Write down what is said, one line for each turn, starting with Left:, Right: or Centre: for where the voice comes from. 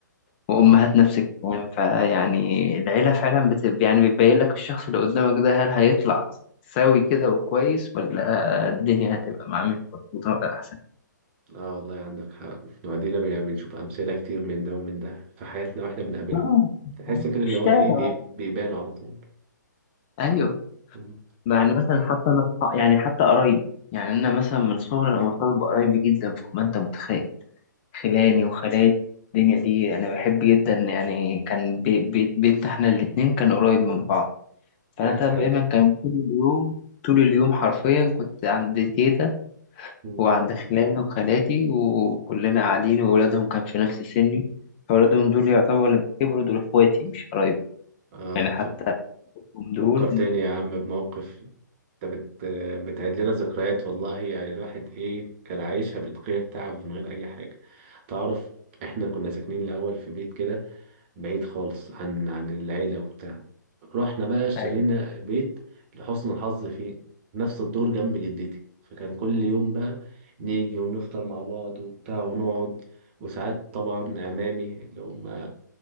Left: وأمهات نفس الكلام فيعني العيلة فعلا بت... يعني بتبين لك الشخص اللي قدامك ده هل هيطلع سوي كده وكويس ولا الدنيا
Right: مم.
Left: هتبقى معاه مش مظبوطة ولا أحسن
Right: اه والله عندك حق وبعدين بي- بنشوف امثله كتير من ده ومن ده في حياتنا واحنا بنقابلهم
Left: آه،
Right: تحس كده
Left: في
Right: اللي
Left: الشارع
Right: هو ايه
Left: وقتها
Right: بي- بيبانوا على طول
Left: أيوه
Right: مم.
Left: يعني مثلا حتى أنا أصحاب- يعني حتى قرايب يعني أنا مثلا
Right: مم.
Left: من صغري أنا مرتبط بقرايبي جدا فوق ما أنت متخيل خلاني
Right: ايوه
Left: وخالاتي الدنيا دي انا بحب جدا يعني كان بي- بيت بيتنا احنا الاتنين كان قريب من بعض
Right: ده
Left: فانا
Right: احلى حاجه
Left: دايما كان طول اليوم طول اليوم حرفيا كنت عند تيتا
Right: مم.
Left: وعند خلاني وخالاتي وكلنا قاعدين وولادهم كان في نفس سني فولادهم دول يعتبروا لما كبروا دول اخواتي مش قرايب
Right: آه
Left: يعني حتى
Right: فك-
Left: هم دول
Right: فكر تاني يا عم بموقف انت بت بتعيد لنا ذكريات والله يعني الواحد ايه كان عايشها من غير تعب ومن غير اي حاجه تعرف احنا كنا ساكنين الاول في بيت كده بعيد خالص عن عن العيلة وبتاع رحنا بقى اشترينا
Left: أيوة.
Right: بيت لحسن الحظ في نفس الدور جنب جدتي فكان كل يوم بقى نيجي ونفطر مع بعض وبتاع ونقعد وساعات طبعا عمامي اللي هم